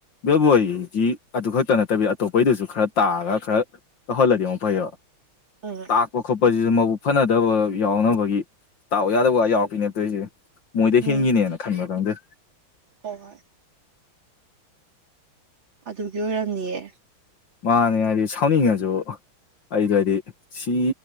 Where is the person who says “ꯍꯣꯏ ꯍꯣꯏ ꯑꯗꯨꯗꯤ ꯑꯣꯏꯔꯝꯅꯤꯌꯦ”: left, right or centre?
Right